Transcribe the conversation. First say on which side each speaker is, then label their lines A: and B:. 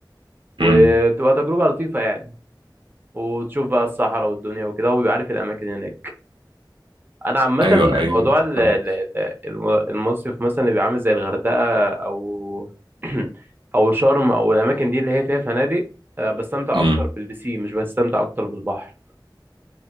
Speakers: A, on the right (about 25°); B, on the right (about 85°).
A: وتبقى
B: م.
A: تجربه لطيفه يعني وتشوف بقى الصحراء والدنيا وكده وبيبقى عارف الاماكن هناك انا عامه
B: أيوه أيوه
A: موضوع ال-
B: فاهم
A: ال- ال- الم- المصيف مثلا اللي بيبقى عامل زي الغردقه او <clears throat> او شرم او الاماكن دي اللي هي فيها فنادق آه، بستمتع
B: م.
A: اكتر بالبسين مش بستمتع اكتر بالبحر